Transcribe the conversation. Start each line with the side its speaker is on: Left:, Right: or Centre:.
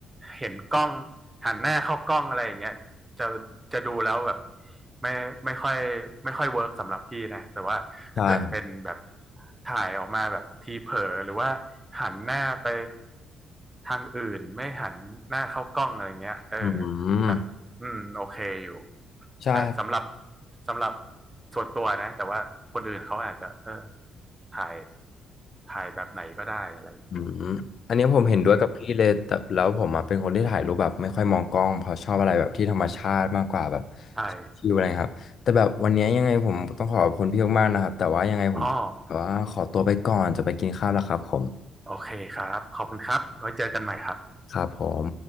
Right: เห็นกล้องหันหน้าเข้ากล้องอะไรอย่างเงี้ยจะจะดูแล้วแบบไม่ไม่ค่อยไม่ค่อยเวิร์กสำหรับพี่นะแต่ว่าถ้าเกิดเป็นแบบ
Left: ใช่ครับ
Right: ถ่ายออกมาแบบทีเผลอหรือว่าหันหน้าไปทางอื่นไม่หันหน้าเข้ากล้องอะไรเงี้ยเออ
Left: อืม
Right: แบบอืมโอเคอยู่
Left: ใช่ครับ
Right: แต่สำหรับ สำหรับส่วนตัวนะแต่ว่าคนอื่นเขาอาจจะเออถ่ายถ่ายแบบไหนก็ได้อะไรอย่างนี้
Left: อืมอันนี้ผมเห็นด้วยกับพี่เลยแต่แล้วผมอะเป็นคนที่ถ่ายรูปแบบไม่ค่อยมองกล้องเพราะชอบอะไรแบบที่ธรรมชาติมากกว่าแบบ
Right: อืมใช่
Left: ชิลอะไรครับแต่แบบวันนี้ยังไงผมต้องขอบคุณพี่มากๆนะครับแต่ว่ายังไงผมแต่ว่าขอตัวไปก่อนจะไปกินข้าวแล้วครับผม
Right: อ๋อโอเคครับขอบคุณครับไว้เจอกันใหม่ครับ
Left: ครับผม